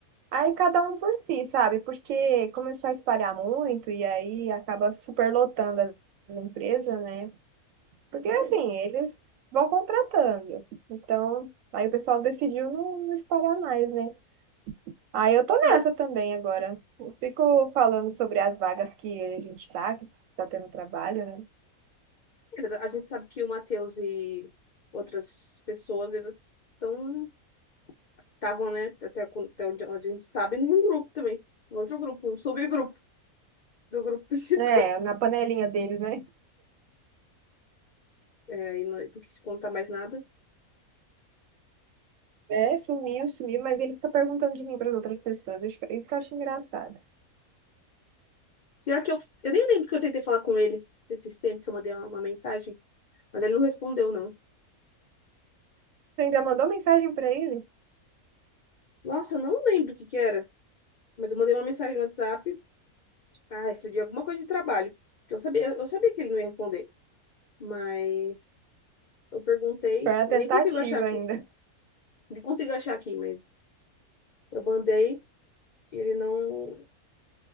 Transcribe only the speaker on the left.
mas-
é, mas a gente sabe que o Matheus e outras pessoas, eles estão, estavam, né, até, com- até onde onde a gente sabe, em um grupo também, em outro grupo, um subgrupo do grupo principal.
<laughs>
É, e não, não quis contar mais nada.
Pior que eu, eu nem lembro que eu tentei falar com ele esses, esses tempos, que eu mandei uma, uma mensagem, mas ele não respondeu, não.
Nossa, eu não lembro o que que era, mas eu mandei uma mensagem no WhatsApp, ah, de alguma coisa de trabalho, que eu sabia, eu sabia que ele não ia responder. Mas eu perguntei,
eu nem consigo achar aqui.
Nem consigo achar aqui, mas eu mandei e ele não,